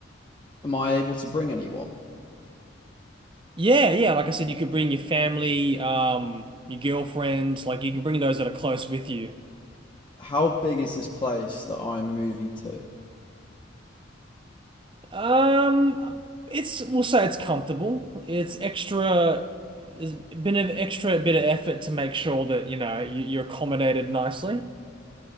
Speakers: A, on the left; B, on the right.
A: Am I able to bring anyone?
B: Yeah, yeah. Like I said, you could bring your family, um, your girlfriend, like you can bring those that are close with you.
A: How big is this place that I'm moving to?
B: Um, it's, we'll say it's comfortable. It's extra, there's been an extra bit of effort to make sure that, you know, you, you're accommodated nicely.